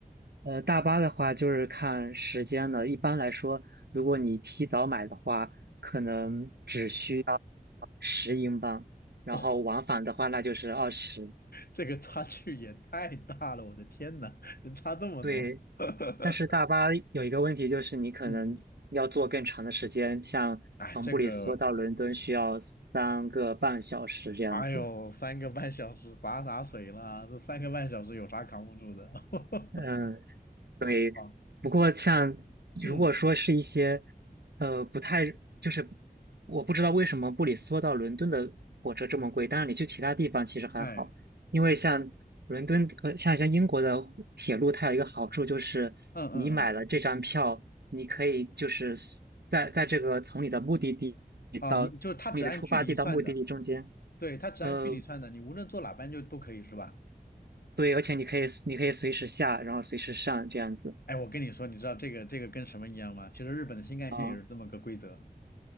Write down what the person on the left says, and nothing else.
<laughs> 这个差距也太大了，我的天呐，能差这么多？
<laughs>
嗯嗯，
哎，这个，哎呦，三个半小时洒洒水啦，这三个半小时有啥扛不住的？<laughs>
好，
嗯，
哎，
嗯嗯嗯，
啊，你就它只按距离算的，对，它只按距离算的，
你无论坐哪班就都可以是吧？
哎，我跟你说，你知道这个这个跟什么一样吗？其实日本的新干线也是这么个规则。